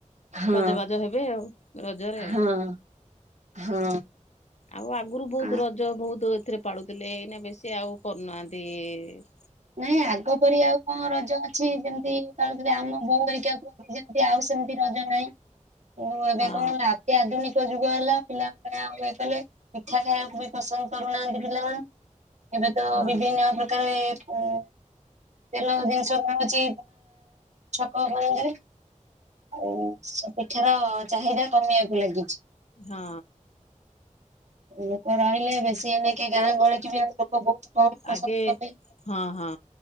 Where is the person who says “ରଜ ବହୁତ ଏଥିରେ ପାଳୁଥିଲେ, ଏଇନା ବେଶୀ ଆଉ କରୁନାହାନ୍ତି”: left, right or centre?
Left